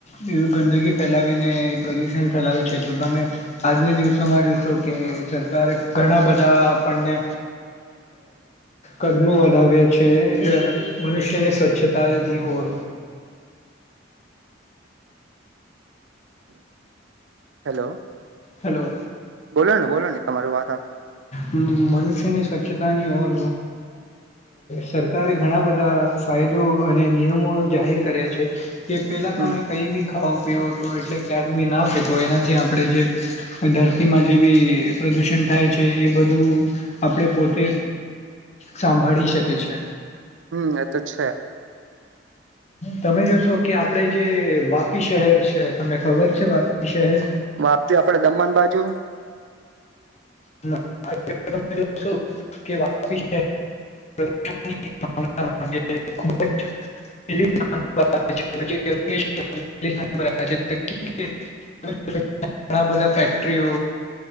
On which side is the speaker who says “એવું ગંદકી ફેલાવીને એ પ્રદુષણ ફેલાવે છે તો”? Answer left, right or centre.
Left